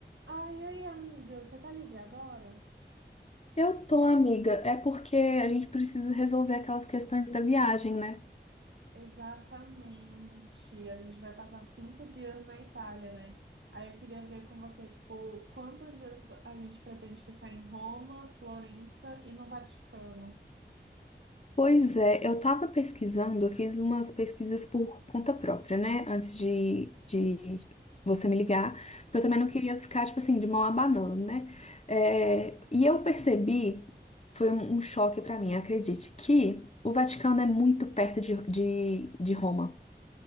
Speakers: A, on the right; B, on the left.
A: Ai, ai, amiga, você tá livre agora?
B: Eu tô, amiga. É porque a gente precisa resolver aquelas questões da viagem, né?
A: Exatamente. A gente vai passar cinco dias na Itália, né? Aí eu queria ver com você, tipo, quantos dias a gente pretende ficar em Roma, Florença e no Vaticano?
B: Pois é, eu tava pesquisando, eu fiz umas pesquisas por conta própria, né? Antes de, de você me ligar, porque eu também não queria ficar, tipo assim, de mão abanando, né? É, e eu percebi, foi um, um choque pra mim, acredite, que o Vaticano é muito perto de, de, de Roma.